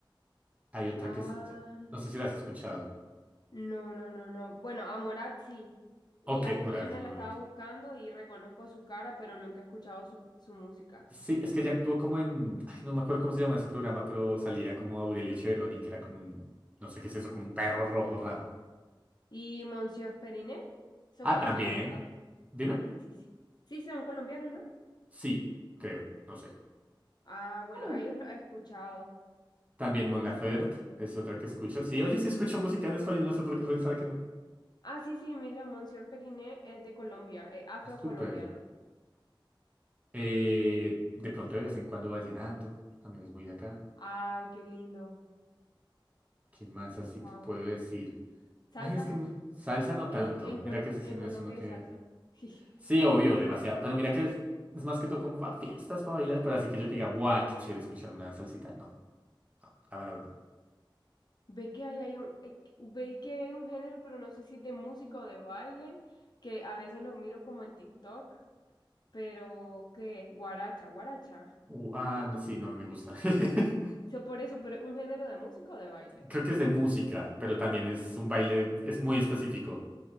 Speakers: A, on the right (about 15°); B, on the left (about 55°).
A: Hay otra
B: Ah.
A: que. se- No sé si la has escuchado.
B: No, no, no, no. Bueno, a Morat sí. Y
A: Ok,
B: a Juliana
A: Morat es muy
B: la
A: bonito.
B: estaba buscando y reconozco su cara, pero nunca he escuchado su, su música.
A: Sí, es que ella actuó como en, ay, no me acuerdo cómo se llama ese programa, pero salía como Aurelio Cheveroni, que era como un, no sé qué es eso, como un perro rojo raro.
B: ¿Y Monsieur Periné? Son
A: Ah,
B: colombianos,
A: también.
B: ¿verdad?
A: Dime.
B: Sí, sí. Sí, son colombianos, ¿no?
A: Sí, creo, no sé.
B: Ah, bueno,
A: Mm.
B: a ellos los he escuchado.
A: También Mon
B: Mm.
A: Laferte es otra que escucho. Sí, oye, sí escucho música en español, no sé por qué pensaba que no.
B: Ah, sí, sí, mira, Monsieur Periné es de Colombia, es afrocolombiano.
A: Ah, Súper. Eh, de pronto de vez en cuando vallenato, también es muy de acá.
B: Ay, qué lindo.
A: ¿Qué más así
B: Wow.
A: te puedo decir?
B: Salsa.
A: Ay, es que me- salsa no
B: En,
A: tanto.
B: en, Colo-
A: Mira que ese
B: en
A: sí no
B: Colombia
A: es uno que
B: hay salsa. <laughs>
A: Sí, obvio, demasiado. Pero mira que es, es más que todo como para fiestas, para bailar, pero así que yo te diga, buah, qué chévere escuchar una salsita. No, la verdad no.
B: Ve que ahí hay un, eh, veis que hay un género, pero no sé si es de música o de baile, que a veces lo miro como en TikTok, pero que guaracha, guaracha.
A: Uh, ah, no, sí, no me gusta. <laughs>
B: So, por eso, pero un género de música o de baile.
A: Creo que es de música, pero también es un baile, es muy específico,